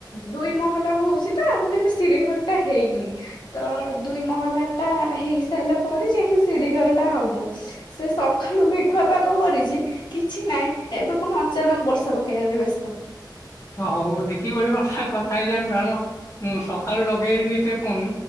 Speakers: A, on the left (about 75°); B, on the left (about 40°).
A: ଦୁଇ ମହଲା ହଉଚି ତ ଆମର ଏବେ ସିଡି ଘରଟା ହେଇନି। ତ ଦୁଇ ମହଲା ଟା ହେଇ ସାରିଲା ପରେ ଯାଇକି ସିଡି ଘର ଟା ହବ ସେ ସଖାଳୁ ମେଘୁଆ ପାଗ କରିଚି। କିଛି ନାଇଁ ଏବେ କଣ ଅଚାନକ ବର୍ଷା ପକେଇବାରେ ବ୍ୟସ୍ତ।
B: ହଉ ଦେଖିକି ଗୋଟେ କଥା କଥା ହେଇଯାଆନ୍ତୁ ମ୍ୟାଡାମ ମୁଁ ସକାଳୁ ଲଗେଇନି ଏତେ ଫୋନ